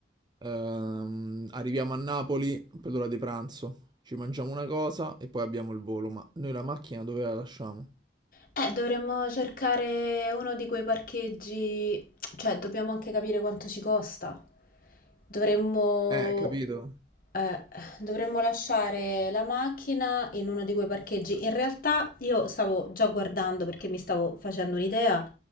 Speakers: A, on the right (about 25°); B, on the left (about 50°).
A: ehm, arriviamo a Napoli per l'ora di pranzo, ci mangiamo una cosa e poi abbiamo il volo, ma noi la macchina dove la lasciamo?
B: Eh, dovremmo cercare uno di quei parcheggi, cioè dobbiamo anche capire quanto ci costa. Dovremmo,
A: Eh, capito?
B: eh, dovremmo lasciare la macchina in uno di quei parcheggi. In realtà io stavo già guardando perché mi stavo facendo un'idea